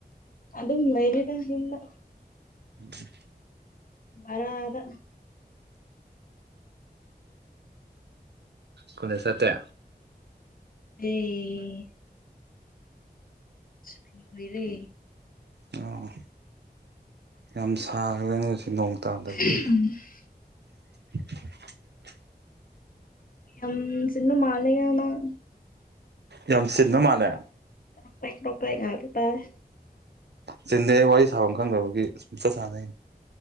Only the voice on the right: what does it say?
<inaudible>
ꯀꯣꯂꯦꯖ ꯆꯠꯇꯦ
ꯑꯣ ꯌꯥꯝ ꯁꯥꯈ꯭ꯔꯦꯅꯦ ꯉꯥꯁꯤ ꯅꯣꯡ ꯇꯥꯗꯕꯒꯤ
<inaudible>
ꯌꯥꯝ ꯆꯤꯟꯕ ꯃꯥꯜꯂꯦ
ꯆꯤꯟꯗꯦ ꯋꯥꯔꯤ ꯁꯥꯐꯝ ꯈꯪꯗꯕꯒꯤ ꯁꯨꯝ ꯆꯠ ꯁꯥꯟꯅꯩꯅꯤ